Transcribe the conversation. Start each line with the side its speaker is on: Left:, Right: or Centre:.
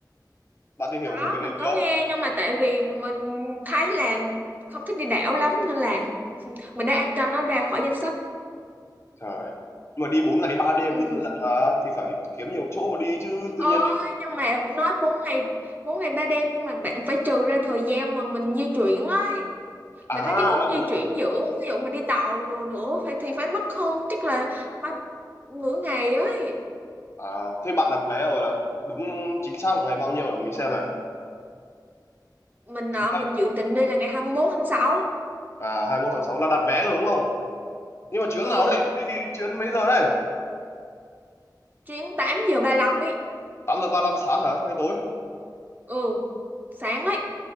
Left: bạn tìm hiểu
Right: có
Left: thử cái đấy
Right: mình
Left: chưa
Right: có nghe nhưng mà tại vì mình thấy là không thích đi đảo lắm nên là mình đã add cho nó ra khỏi danh sách
Left: trời Nhưng mà đi bốn ngày ba đêm
Right: ừ.
Left: lận lận mà thì phải kiếm nhiều chỗ mà đi chứ tự
Right: Ôi,
Left: nhiên đi
Right: nhưng mà nói 4 ngày 4 ngày 3 đêm nhưng mà bạn phải trừ ra thời gian mà mình di chuyển ấy.
Left: à
Right: Mình thấy cái khúc
Left: là
Right: di
Left: bốn
Right: chuyển giữa ví dụ mình đi tàu đồ nữa phải thì phải mất hơn chắc là ba, nửa ngày ấy.
Left: À, thế bạn đặt vé rồi là đúng chính xác là ngày bao nhiêu để mình xem này.
Right: Mình
Left: Chính
Right: nọ
Left: xác
Right: mình dự định đi là ngày 21 tháng 6.
Left: à 21 tháng 6 là đặt vé rồi đúng không? Nhưng mà chuyến
Right: Ừ,
Left: nào đây? Đi chuyến mấy giờ đây?
Right: chuyến 8 giờ ba lăm ấy.
Left: 8 giờ 35 sáng hả? Hay tối?
Right: Ừ, sáng ấy.